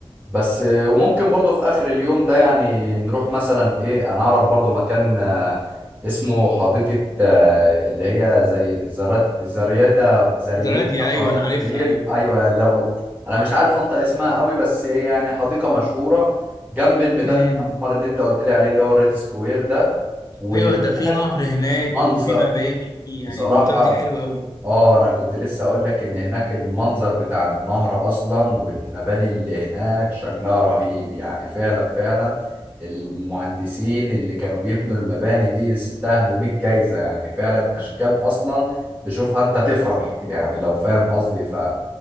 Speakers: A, on the right; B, on the left.
A: بس آه، وممكن برضو في اخر اليوم ده يعني نروح مثلا ايه انا اعرف برضو مكان آه، اسمه حديقة آه، اللي هي زي زراد زريادة زريادة
B: زراديا ايوه انا عارفها
A: زرير
B: ايوه
A: ايوه يعني لو انا مش عارف انطق اسمها قوي بس هي يعني حديقة مشهورة جنب الميدان
B: امم
A: الاحمر اللي انت قلت لي عليه اللي هو الريد سكوير ده وهناك
B: ايوه ده في نهر هناك
A: منظر
B: وفي مباني يعني
A: بصراحة
B: المنطقة دي حلوة قوي
A: اه انا كنت لسه اقول لك ان هناك المنظر بتاع النهر اصلا والمباني اللي هناك شكلها رهيب يعني فعلا فعلا المهندسين اللي كانوا بيبنوا المباني دي يستاهلوا 100 جايزة يعني فعلا اشكال اصلا تشوفها انت تفرح يعني لو فاهم قصدي ف